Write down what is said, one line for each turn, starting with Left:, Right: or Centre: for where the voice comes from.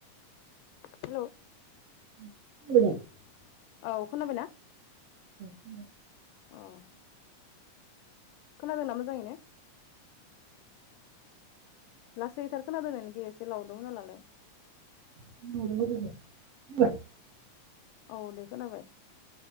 Left: Hello.
Right: <inaudible>
Left: औ खोनाबायना।
Right: औ
Left: अ। खोनादोंना मोजाङै नो। लासैथार खोनादों नोंनिखो एसे लाउदाव होनालालाय।
Right: <unintelligible>
Left: औ दे खोनाबाय